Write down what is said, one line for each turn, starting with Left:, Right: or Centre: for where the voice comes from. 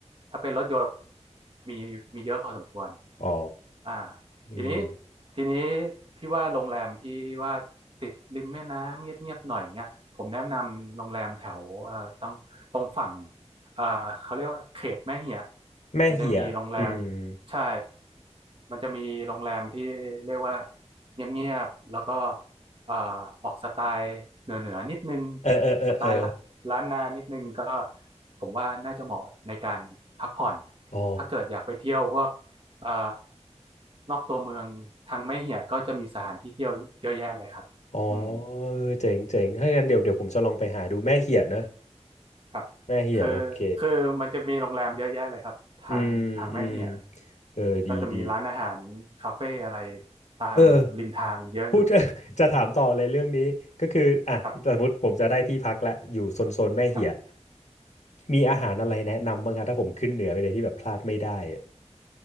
Right: ถ้าเป็นรถยนต์มีมีเยอะพอสมควร
Left: อ๋อ
Right: อ่า
Left: อืม
Right: ทีนี้ทีนี้ที่ว่าโรงแรมที่ว่าติดริมแม่น้ำเงียบๆหน่อยเงี้ยผมแนะนำโรงแรมแถวเอ่อตรงตรงฝั่งเอ่อเขาเรียกว่าเขตแม่เหียะ
Left: แม่เหี่ยอืม
Right: มันจะมีโรงแรมใช่มันจะมีโรงแรมที่เรียกว่าเงียบๆแล้วก็เอ่อออกสไตล์เหนือๆนิดนึง
Left: เออเออเออเออ
Right: สไตล์ละล้านนานิดนึงก็ผมว่าน่าจะเหมาะในการพักผ่อน
Left: อ๋อ
Right: ถ้าเกิดอยากไปเที่ยวพวก อ่านอกตัวเมืองทางแม่เหียก็จะมีสถานที่เที่ยวเยอะแยะเลยครับอืม
Left: อ๋อเออเจ๋งเจ๋งถ้างั้นเดี๋ยวเดี๋ยวผมจะลองไปหาดูแม่เหี่ยนะ
Right: ครับ
Left: แม่เหี่ยโอเค
Right: คือ คือมันจะมีโรงแรมเยอะแยะเลยครับทางทางแม่เหีย
Left: อืมอืมเออดีดี
Right: ก็จะมีร้านอาหารคาเฟ่อะไร ตามริมทางเยอะอยู่
Left: เออพูด <laughs> จะถามต่อเลยเรื่องนี้ก็คืออ่ะสมมติผมจะได้ที่พักละอยู่โซนโซนแม่เหี่ย
Right: ครับครับ
Left: มีอาหารอะไรแนะนำบ้างครับถ้าผมขึ้นเหนือไปเลยที่แบบพลาดไม่ได้อะ